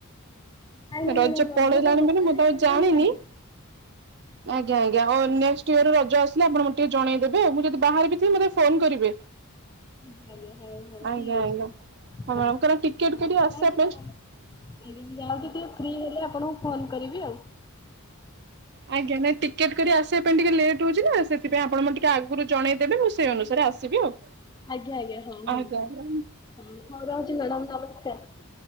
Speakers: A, on the left (about 20°); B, on the right (about 50°).
A: ନାଇଁ ନାଇଁ
B: ରଜ
A: ମ୍ୟାଡ଼ାମ ରଜରେ
B: ପଳେଇଲାଣି
A: ଗଲାନି
B: ବୋଲି ମୁଁ ତ
A: ଆପଣ
B: ଆଉ ଜାଣିନି
A: ଜାଣିନାହାନ୍ତି?
B: ଆଜ୍ଞା ଆଜ୍ଞା ହଁ ନେକ୍ସଟ୍ ଇୟର ରଜ ଆସିଲେ ଆପଣ ମୋତେ ଟିକେ ଜଣେଇଦବେ। ଆ ମୁଁ ଯଦି ବାହାର ଥିବି ମତେ ଟିକେ ଫୋନ କରିବେ।
A: ଆଜ୍ଞା ଆଜ୍ଞା ହଉ ହଉ
B: ଆଜ୍ଞା
A: ଠିକ ଅଛି
B: ଆଜ୍ଞା ହଁ
A: ହଉ
B: ମ୍ୟାଡ଼ାମ କାରଣ ଟିକେଟ
A: ହଁ
B: କରି ଆସିବା
A: ଯାଉଛି
B: ପାଇଁ
A: ମ୍ୟାଡାମ୍ ଆଜ୍ଞା ମୁଁ ଯାଉଛି ଟିକେ ଫ୍ରି ହେଲେ ଆପଣଙ୍କୁ ଫୋନ କରିବି ଆଉ।
B: ଆଜ୍ଞା ନାଇଁ ଟିକେଟ୍ କରି ଆସିବା ପାଇଁଟିକେ ଲେଟ୍ ହଉଛି ନା ସେଥିପାଇଁ ଆପଣ ମୋତେ ଟିକେ ଆଗରୁ ଜଣେଇଦେବେ ମୁଁ ସେଇ ଅନୁସାରେ ଆସିବି ଆଉ।
A: ଆଜ୍ଞା ଆଜ୍ଞା ହଁ
B: ଆଜ୍ଞା
A: ହଁ ହଁ
B: ଆଜ୍ଞା
A: ହ ହଉ ରହୁଚି ମ୍ୟାଡ଼ାମ ନମସ୍କାର।